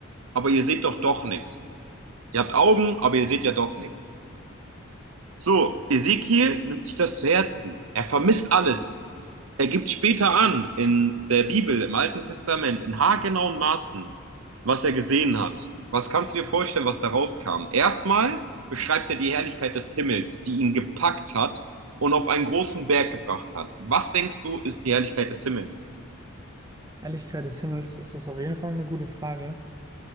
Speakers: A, on the right (about 80°); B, on the right (about 15°).
A: aber ihr seht doch doch nichts. Ihr habt Augen, aber ihr seht ja doch nichts. So, Ezekiel nimmt sich das zu Herzen. Er vermisst alles. Er gibt später an, in der Bibel, im Alten Testament, in haargenauen Maßen, was er gesehen hat. Was kannst du dir vorstellen, was da rauskam? Erstmal beschreibt er die Herrlichkeit des Himmels, die ihn gepackt hat und auf einen großen Berg gebracht hat. Was denkst du, ist die Herrlichkeit des Himmels?
B: Helligkeit des Himmels ist das auf jeden Fall eine gute Frage.